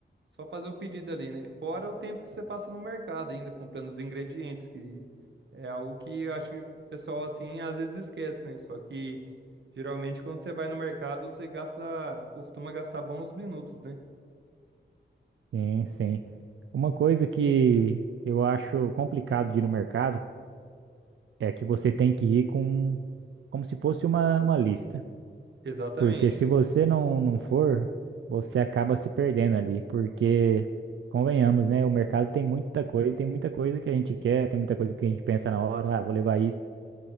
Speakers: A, on the right; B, on the right.
A: só fazer o pedido ali, né? Fora o tempo que você passa no mercado ainda comprando os ingredientes, que é algo que eu acho que o pessoal assim às vezes esquece, né? Só que geralmente quando você vai no mercado, você gasta, costuma gastar bons minutos, né?
B: sim, sim. Uma coisa que eu acho complicado de ir no mercado é que você tem que ir com como se fosse uma, uma lista.
A: Exatamente.
B: Porque se você não, não for, você acaba se perdendo ali. Porque, convenhamos, né? O mercado tem muita coisa, tem muita coisa que a gente quer, tem muita coisa que a gente pensa na hora, ah, vou levar isso.